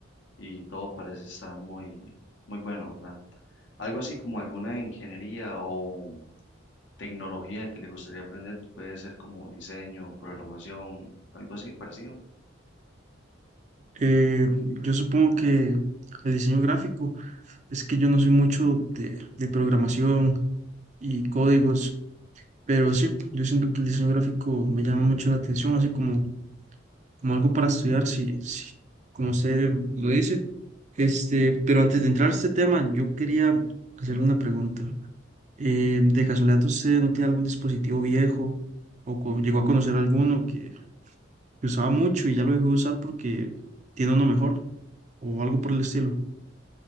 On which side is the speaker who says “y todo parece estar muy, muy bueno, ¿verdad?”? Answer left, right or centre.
Left